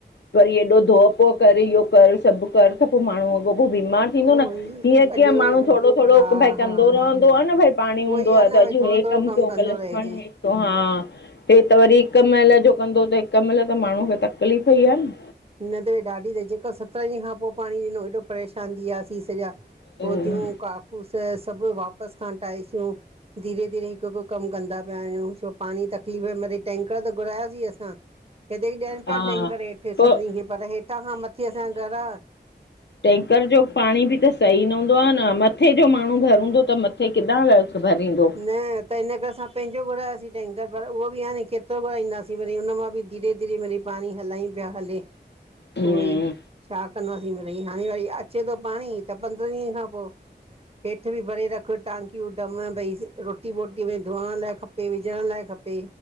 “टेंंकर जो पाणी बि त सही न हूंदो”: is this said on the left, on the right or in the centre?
Left